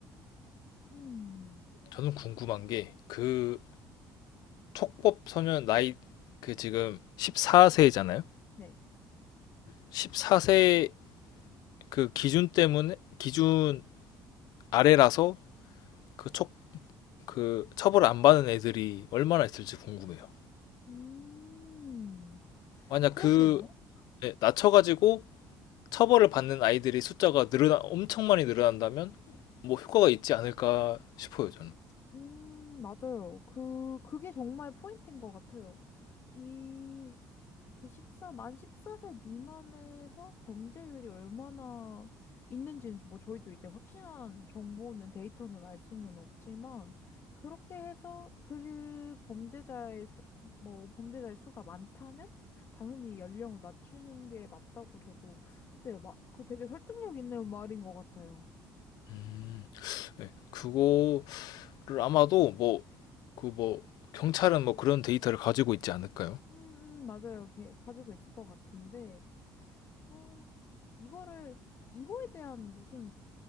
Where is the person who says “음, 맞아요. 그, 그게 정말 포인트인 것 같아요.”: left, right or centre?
Left